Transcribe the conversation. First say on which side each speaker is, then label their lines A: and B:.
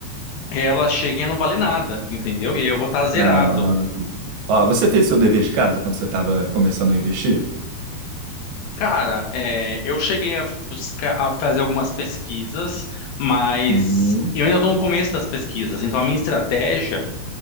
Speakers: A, on the left; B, on the right.
A: elas cheguem a não valer nada, entendeu? E aí eu vou estar zerado.
B: Não, não, não. Ó, você fez seu dever de casa quando você estava começando a investir?
A: Cara, é, eu cheguei a, buscar- a fazer algumas pesquisas, mas
B: Uhum,
A: eu ainda estou no começo das pesquisas. Então, a minha estratégia